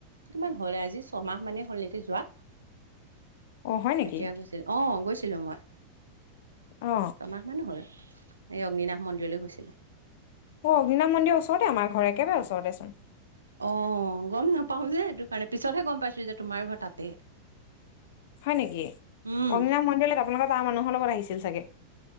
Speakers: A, on the right; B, on the left.
A: কিমান হ'লে? আজি ছমাহ মানেই হ'ল নেকি যোৱা।
B: অ হয় নেকি
A: এতিয়া গৈছিল। অ' গৈছিলোঁ মই।
B: অ
A: ছমাহ মানে হ'ল। এই অগ্নিনাশ মন্দিৰলৈ গৈছিলোঁ।
B: অ' অগ্নিনাম মন্দিৰ ওচৰতে আমাৰ ঘৰ। একেবাৰে ওচৰতেচোন।
A: অ' গম নাপাওঁ যে, এইটো কাৰণে। পিছতহে গম পাইছোঁ যে তোমাৰ ঘৰ তাতে।
B: হয় নেকি?
A: উম
B: অগ্নিনাম মন্দিৰত আপোনালোকৰ তাৰ মানুহৰ লগত আহিছিল চাগে।